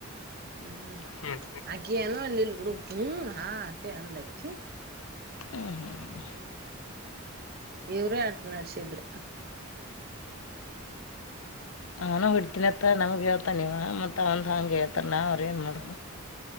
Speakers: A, on the right; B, on the left.
A: ಹ್ಮ್
B: ಹ್ಮ್
A: ಆಕಿ ಎನು ಅನ್ಲಿಲ್ಲ ಬಿಡು ಹ್ಮ ಹಾ ಅಂದ್ಲ ಆಕಿ
B: ಹ್ಮ ಹ್ಮ
A: ಇವ್ರೇ ಅಟ ನಡ್ಸಿದ್ರ
B: ನಾನ ಹೊಡ್ತೀನತ್ತ ನಮ್ಗೆ ಹೇಳ್ತ ಇವಾ ಮತ್ತತ್ ಅವಂದ್ ಹಂಗಗೆ ಹೇಳ್ತಾರ ನಾವ್ರೇ ಏನ್ ಮಾಡೋದು